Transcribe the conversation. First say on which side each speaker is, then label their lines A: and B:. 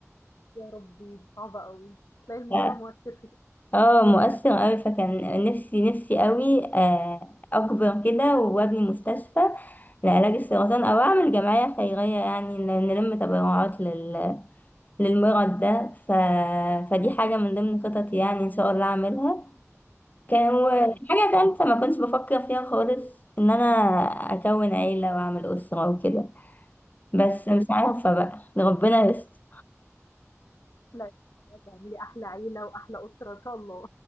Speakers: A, on the left; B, on the left.
A: يا ربي دي صعبة قوي تلاقي الموضوع
B: ف-
A: مؤثر فيك
B: اه مؤثر قوي فكان نفسي نفسي قوي آه، اكبر كده وابني مستشفى لعلاج السرطان او اعمل جمعية خيرية يعني ن- نلم تبرعات لل... للمرض ده ف... فدي حاجة من ضمن خططي يعني ان شاء الله اعملها كان
A: لا إن شاء
B: حاجة تالتة ما كنتش بفكر فيها خالص ان انا اكون عيلة واعمل اسرة وكده بس مش عارفة بقى ربنا يستر
A: الله إن شاء الله تعملي أحلى عيلة وأحلى أسرة إن شاء الله